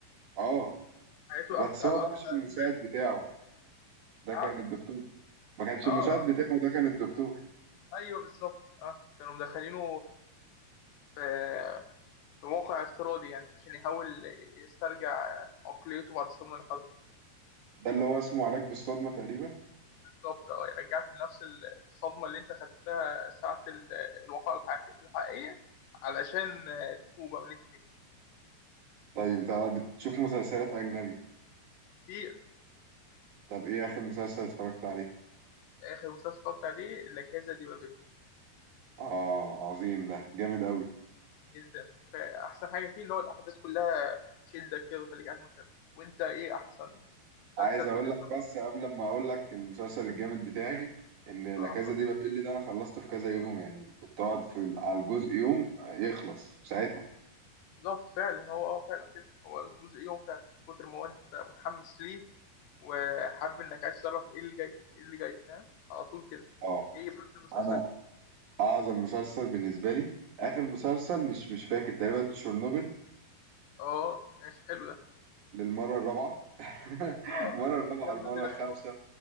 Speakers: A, on the right (about 55°); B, on the left (about 85°).
A: اه
B: حياته قبل
A: بس
B: قبل
A: هو
B: قبل
A: ده
B: ما قبل
A: مش المساعد
B: ما يقابل
A: بتاعه
B: الصدمة.
A: ده
B: نعم
A: كان الدكتور ما كانش
B: اه
A: المساعد
B: اه.
A: بتاعه ده كان الدكتور
B: ايوه بالظبط اه كانوا مدخلينه في في موقع افتراضي يعني عشان يحاول يسترجع عقليته بعد الصدمه اللي خدها
A: ده اللي هو اسمه علاج بالصدمة تقريبا
B: بالظبط اه يرجعك لنفس الصدمه اللي انت خدتها ساعه ال- الواقعه الحقيقي- الحقيقيه علشان آه، تفوق بقى من اللي انت فيه
A: طيب انت بتشوف مسلسلات اجنبي
B: كتير
A: طب ايه اخر مسلسل اتفرجت عليه
B: اخر مسلسل اتفرجت عليه لا كازا دي بابل
A: اه عظيم ده جامد قوي
B: جدا فاحسن حاجه فيه ان هو الاحداث كلها تشدك كده وتخليك قاعد مهتم وانت ايه احسن مسلسل
A: عايز
B: كنت
A: اقول
B: بتتفرج
A: لك بس قبل ما اقول لك المسلسل الجامد بتاعي ان
B: اه
A: لا كازا
B: اتفضل.
A: دي بابيل ده انا خلصته في كذا يوم يعني كنت اقعد في ال- على الجزء يوم آه، يخلص في ساعتها
B: بالظبط فعلا هو اه فعلا كده هو الجزء يوم فعلا كتر ما هو انت متحمس ليه وحابب انك عايز تعرف ايه اللي جاي ايه اللي جاي فاهم على طول كده
A: اه
B: ايه بس المسلسل
A: انا اعظم مسلسل بالنسبه لي اخر مسلسل مش مش فاكر تقريبا تشيرنوبل
B: اه ماشي حلو ده
A: للمره الرابعه <laughs>
B: اه
A: المره
B: كذا
A: الرابعه المره
B: حد يرشحولي
A: الخامسه